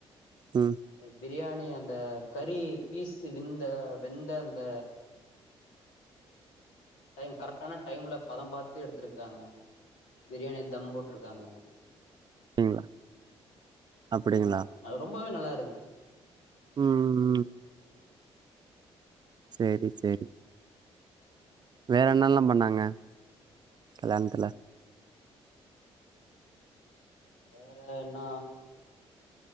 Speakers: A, on the right; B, on the left.
A: உ
B: அந்த பிரியாணி அந்த கறி பீஸ்சு விந்த வெந்த அந்த டைம் கரெக்டான டைம்ல பதம் பாத்து எடுத் த்ருக்காங்க பிரியாணி தம் போட்ருக்காங்க
A: அப்படிங்களா அப்படிங்களா
B: ஆமா அ ரொம்பவே நல்லா இருந்துச்
A: உ உ உ சேரி சேரி வேற என்னலா பண்ணாங்க கல்யாணத்துல
B: வேற என்ன